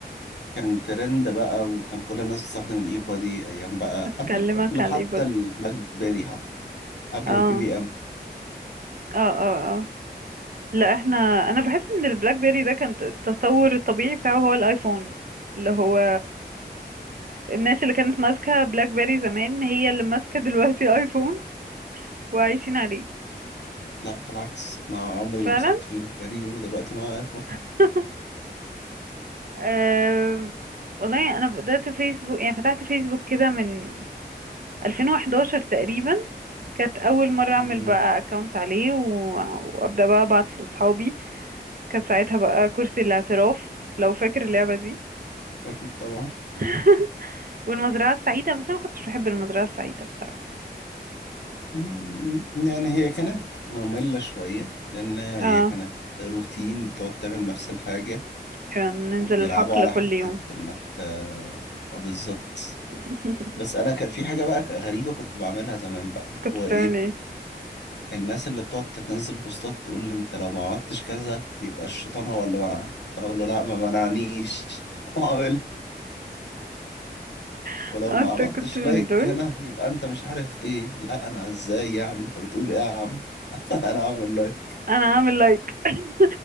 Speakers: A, on the left (about 85°); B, on the right (about 55°).
A: كان ترند بقى وكان كل الناس بتستخدم الاي بادي ايام بقى
B: اكلمك
A: قبل قبل
B: على
A: حتى
B: الاي بودي
A: البلاك بيري حتى قبل
B: اه
A: البي بي ام
B: اه اه اه لا احنا انا بحس ان البلاك بيري ده كان التطور الطبيعي بتاعه هو الايفون اللي هو الناس اللي كانت ماسكة بلاك بيري زمان هي اللي ماسكة دلوقتي <laughs> ايفون وعايشين عليه
A: لا بالعكس انا عمري
B: فعلا
A: ما مسكت بلاك بيري ودلوقتي معايا ايفون
B: <laughs> أم، والله انا بدأت فيسبوك يعني فتحت فيسبوك كده من 2011 تقريبا كانت اول مرة اعمل
A: مم،
B: بقى اكونت عليه و... وابدأ بقى ابعت لاصحابي كان ساعتها بقى كرسي الاعتراف لو فاكر اللعبة دي
A: اكيد طبعا
B: <laughs> والمزرعة السعيدة بس أنا ما كنتش بحب المزرعة السعيدة بصراحة
A: مم، يعني هي كانت مملة شوية لان هي
B: اه
A: كانت روتين بتقعد تعمل نفس الحاجة
B: كان ننزل
A: وبيلعبوا
B: الحقل
A: على
B: كل
A: حتة
B: يوم
A: انك ت آه، بالظبط
B: <laughs>
A: بس انا كان في حاجة بقى غريبة كنت بعملها زمان بقى اللي
B: كنت
A: هو
B: بتعمل
A: ايه
B: ايه
A: الناس اللي بتقعد تنزل بوستات تقول لي انت لو ما عملتش كذا يبقى الشيطان هو اللي منعك فانا اقول له لا ما منعنيش <laughs> واعملها
B: <laughs>
A: ولو
B: انت
A: ما عملتش
B: كنت من
A: لايك
B: دول
A: هنا يبقى انت مش عارف ايه لا انا ازاي يعني انت بتقول ايه يا عم <laughs> انا عامل لايك
B: انا عامل لايك <laughs>